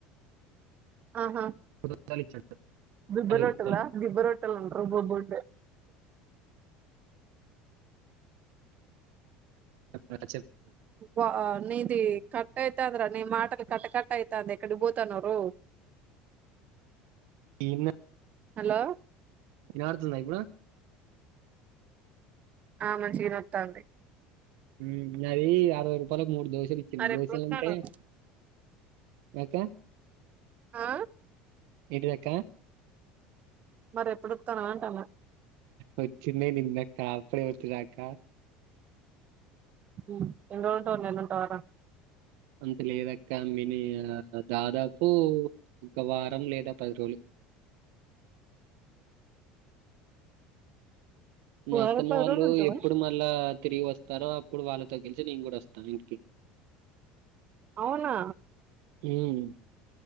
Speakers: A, on the right (about 40°); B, on the right (about 75°).
A: ఆహా
B: రూపాయలు ఇచ్చాడు
A: దిబ్బ
B: అరవై
A: రొట్టెలా
B: రూపాయలు
A: దిబ్బ రొట్టెల్ ఉబ్బుబ్బుంటయ్
B: ఆ, చెప్పు
A: వా నీది కట్ అయితాంది రా నీ మాటలు కట్ కట్ అయితాంది ఎక్కడ్కిబోతన్నావురో
B: ఇన్నే
A: హలో
B: వినబడుతుందా ఇప్పుడు
A: ఆ మంచిగనే ఒత్తాంది
B: ఉమ్ అది అరవై రూపాలకు మూడు దోశలు ఇచ్చిండు
A: మరి
B: దోశలంటే
A: ఎప్పుడొత్తన్నావ్
B: అక్కా
A: ఆ
B: ఏంటిదక్కా
A: మరెప్పుడిత్తాన్నవంటాన్న
B: వచ్చిందే నిందాక్కా అప్పుడే వచ్చిదాకా
A: ఉమ్ ఎన్ రోజులు ఉంటవ్ నెల ఉంటావరా
B: అంత లేదక్క మిని దాదాపు ఒక వారం లేదా పది రోజులు మా
A: ఉగాది
B: అత్తమ
A: పది
B: వాళ్ళు
A: రోజులుంటావా
B: ఎప్పుడు మళ్ళా తిరిగి వస్తారో అప్పుడు వాళ్ళతో కెలిసి నేను గూడా ఒస్తా ఇంటికి
A: అవునా
B: హ్మ్.